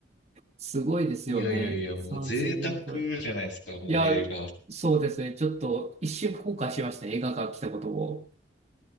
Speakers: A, on the right; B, on the left.
A: すごいですよね。
B: いやいやいや、もう贅沢じゃないですか、
A: 3000円超え。
B: もう映画。
A: いや、そうですね。ちょっと一瞬後悔しました。映画館来たことを。